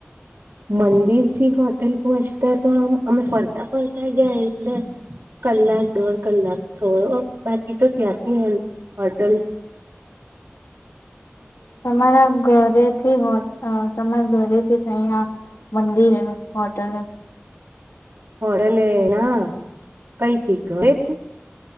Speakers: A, on the right (about 75°); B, on the left (about 90°).
A: મંદિર થી હોટલ પહોંચતા તો આમ અમે ફરતા ફરતા ગયા એટલે કલાક દોઢ કલાક થો બાકી તો ત્યાંથી હોટેલ <inaudible>
B: તમારા ઘરે થી હો તમારા ઘરેથી થાયયા મંદિર હોટલ
A: હોટેલ ના કઈથી ઘરેથી